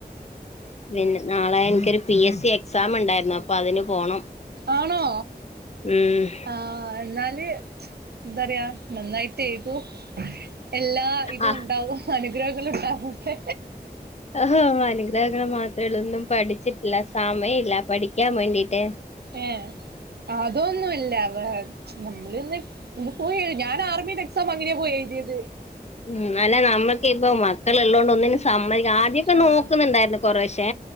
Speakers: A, on the left; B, on the right.
A: പിന്നെ നാളെ എനിക്കൊരു പി എസ് സി എക്സാംണ്ടായിരുന്നു അപ്പൊ അതിന് പോണം
B: ആണോ
A: ഉം
B: ആഹ് എന്നാല് ന്തറിയാ നന്നായിട്ട് ഏഴ് തൂ എല്ലാ ഇതും
A: ആഹ്
B: ഉണ്ടാവും അനുഗ്രഹങ്ങള് ഉണ്ടാവട്ടെ
A: ആഹ് അനുഗ്രഹങ്ങള് മാത്രെ ഉള്ളൂ ഒന്നും പഠിച്ചിട്ടില്ല സമയില്ല പഠിക്കാൻ വേണ്ടിട്ട്
B: ഏഹ്അതോന്നുല്ല <unintelligible> നമ്മളിന്ന് ഇന്ന് പോയ ഞാൻ ആർമിടെ എക്സാം അങ്ങനെയ പോയി എഴുയത്
A: ഉം അല്ല നമ്മക്ക് ഇപ്പ മക്കള് ഉള്ളോണ്ട് ഒന്നിനും സമ്മയ ആദ്യോക്കെ
B: ആഹ്
A: നോക്കുന്നുണ്ടായിരുന്നു കൊറേശേ